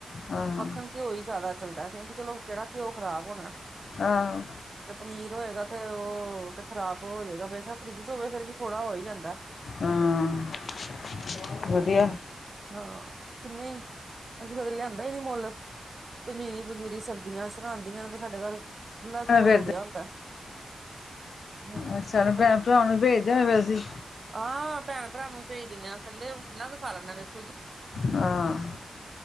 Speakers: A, on the left; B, on the right.
A: ਹਾਂ
B: ਮੱਖਣ- ਘਿਓ ਹੀ ਜ਼ਿਆਦਾ ਚੱਲਦਾ ਕਿਉਕਿ ਚਲੋ ਕਿਹੜਾ ਘਿਓ ਖ਼ਰਾਬ ਹੋਣਾ।
A: ਹਾਂ।
B: ਤੇ ਪਨੀਰ ਹੋਏਗਾ ਤੇ ਉਹ ਤੇ ਖਰਾਬ ਹੋਜੇਗਾ ਬੇਸ਼ੱਕ ਫਰਿੱਜ ਚ ਹੋਵੇ ਫਿਰ ਵੀ ਥੋੜਾ ਹੋ ਹੀ ਜਾਂਦਾ।
A: ਹਾਂ
B: ਤੇ
A: ਵਧੀਆ
B: ਉਹ ਹਾਂ, ਕਿੰਨੇ ਹੀ ਅਸੀ ਕਦੇ ਲਿਆਂਦਾ ਹੀ ਨਹੀਂ ਮੁੱਲ। ਪੰਜੀਰੀ-ਪੰਜੂਰੀ ਸਰਦੀਆਂ ਸਰਾਉਦੀਆਂ ਨੇ ਤੇ ਸਾਡੇ ਘਰ ਖੁੱਲਾ ਘਿਓ
A: ਫਿਰ
B: ਜੁੜਿਆ
A: ਤੇ
B: ਹੁੰਦਾ। ਹਾਂ
A: ਅੱਛਾ
B: ਉਹ
A: ਤੇ
B: ਫਿਰ
A: ਭੈਣ-ਭਰਾਵਾ ਨੂੰ ਭੇਜਦੇ ਹੋਣੇ ਫਿਰ ਤੁਸੀ।
B: ਹਾਂ, ਭੈਣ-ਭਰਾਵਾਂ ਨੂੰ ਭੇਜ ਦਿੰਦੇ ਆ। ਇਕੱਲੇ ਹੁਣ ਕਿੰਨਾ ਕੁ ਖਾ ਲੈਦਾ ਵੇਖੋ ਜੀ।
A: ਹਾਂ,